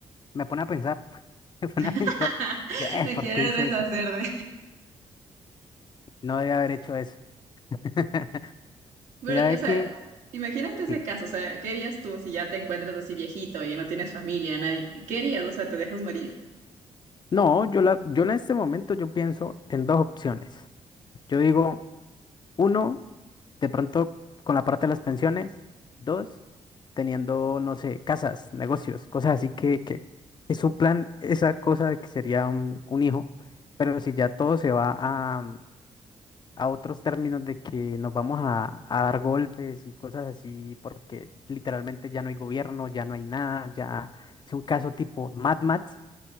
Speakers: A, on the left; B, on the right.
A: me pone a pensar, <laughs> me pone a
B: <laughs>
A: pensar, yo, eh,
B: Me
A: ¿por
B: quiero
A: qué hice
B: deshacer
A: eso?
B: de...
A: No debía haber hecho eso. <laughs>
B: <laughs> Pero,
A: Mira, ve
B: o sea,
A: que,
B: imagínate ese
A: sí.
B: caso. O sea, ¿qué harías tú si ya te encuentras así viejito y no tienes familia, nadie? ¿Qué harías? O sea, ¿te dejas morir?
A: No, yo la, yo en este momento yo pienso en dos opciones. Yo digo, Uno, de pronto con la parte de las pensiones. Dos, teniendo, no sé, casas, negocios, cosas así que, que, que suplan esa cosa de que sería un, un hijo. Pero si ya todo se va a, mm, a otros términos de que nos vamos a, a dar golpes y cosas así, porque literalmente ya no hay gobierno, ya no hay nada, ya es un caso tipo Mad Max,